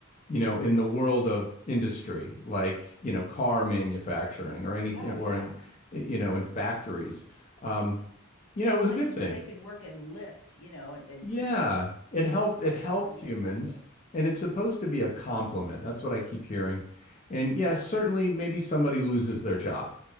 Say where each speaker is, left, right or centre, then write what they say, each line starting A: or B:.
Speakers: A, on the left; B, on the left.
A: you know, in the world of industry, like, you know, car manufacturing or anything,
B: Oh
A: or
B: yeah.
A: in, you know, in factories, um, you know, it was
B: Places
A: a good thing.
B: where they can work and lift, you know, and, and
A: Yeah,
B: to where
A: it
B: humans
A: helped.
B: don't
A: It helped
B: have to lift
A: humans,
B: that weight.
A: and it's supposed to be a compliment. That's what I keep hearing. And yes,
B: Yeah.
A: certainly, maybe somebody loses their job.